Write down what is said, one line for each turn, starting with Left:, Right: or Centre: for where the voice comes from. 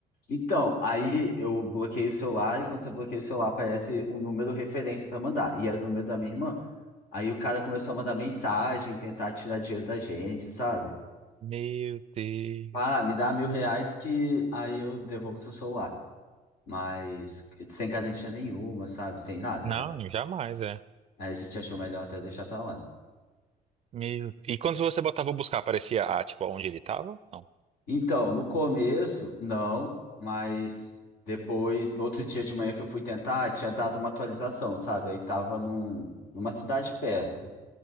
Left: Então, aí eu bloqueei o celular e quando você bloqueia o celular aparece um número referência para mandar. E era o número da minha irmã. Aí o cara começou a mandar mensagem, tentar tirar dinheiro da gente, sabe?
Right: Meu Deus.
Left: Ah, me dá mil reais que aí eu devolvo seu celular. Mas sem garantia nenhuma, sabe? Sem nada.
Right: Não, jamais, é.
Left: Aí a gente achou melhor até deixar pra lá.
Right: Meu... E quando você botava o buscar, aparecia, ah, tipo, onde ele tava? Não.
Left: Então, no começo, não, mas depois, no outro dia de manhã que eu fui tentar, tinha dado uma atualização, sabe? Aí tava num, numa cidade perto,